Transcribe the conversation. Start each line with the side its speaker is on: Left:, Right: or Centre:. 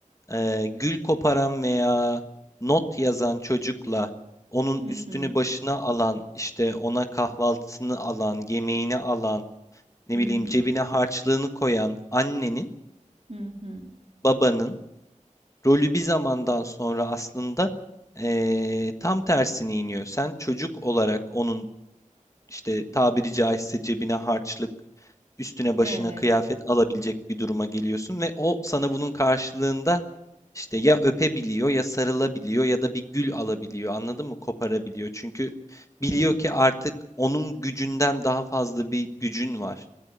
Left: e, gül koparan veya not yazan çocukla onun
Right: Hı
Left: üstünü
Right: hı.
Left: başına alan, işte ona kahvaltısını alan, yemeğini alan, ne
Right: Hı hı.
Left: bileyim cebine harçlığını koyan annenin,
Right: Hı hı.
Left: babanın rolü bir zamandan sonra aslında eee, tam tersine iniyor. Sen çocuk olarak onun işte tabiri caizse cebine harçlık, üstüne başına
Right: Evet.
Left: kıyafet alabilecek bir duruma geliyorsun ve o sana bunun karşılığında işte ya öpebiliyor ya sarılabiliyor ya da bir gül alabiliyor. Anladın mı? Koparabiliyor. Çünkü biliyor
Right: Evet.
Left: ki artık onun gücünden daha fazla bir gücün var.